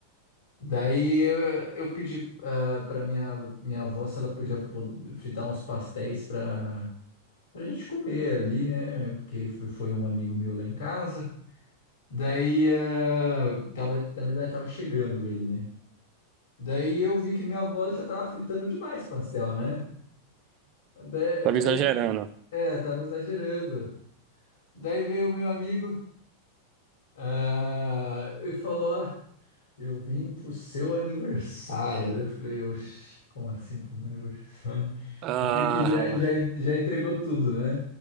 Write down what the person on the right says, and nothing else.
Tava
exagerando.
Ah,